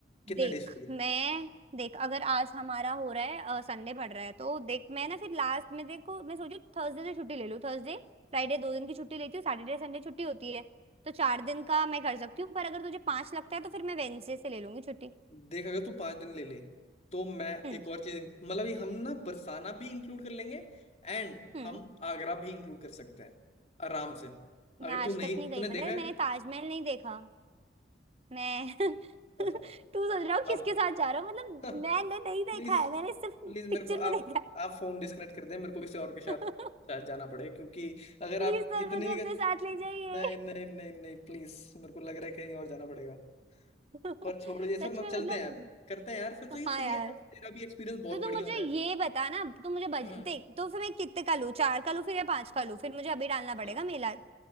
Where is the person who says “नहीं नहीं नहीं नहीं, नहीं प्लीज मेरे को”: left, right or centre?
Left